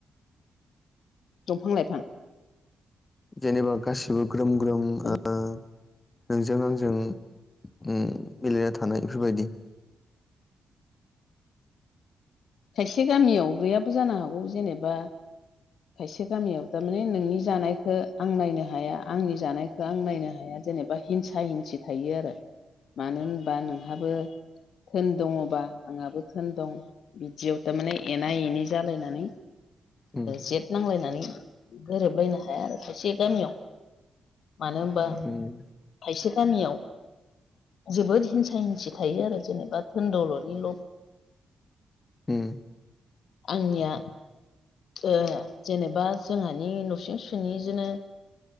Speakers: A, on the left; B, on the left.
A: दंफां लाइफां।
B: जेनेबा गासिबो ग्रोम ग्रोम
A: हेल'
B: ओ नोंजों आंजों मेलेरिया थानाय बेफोरबायदि।
A: खायसे गामियाव गैयाबो जानो हागौ जेनेबा खायसे गामियाव थारमाने नोंनि जानायखौ आं नायनो हाया आंनि जानाय बेखौ आं नायनो हाया जेनेबा हिंसा हिंसि थायो आरो मानो
B: उम
A: होनबा नोंहाबो थोन दङबा आंहाबो धोन दं। बिदियाव थारमाने एना एनि जालायनानै
B: उम
A: जेथ नांलायनानै गोरोबलायनो हाया आरो खायसे गामियाव मानो होनबा
B: उम
A: थायसे गामियाव जोबोद हिंसा हिंसि थायो आरो जेनेबा धोनदौलद निल'
B: उम
A: आंनिया ओ जेनेबा जोंहानि न'सुं सेनिजोंनो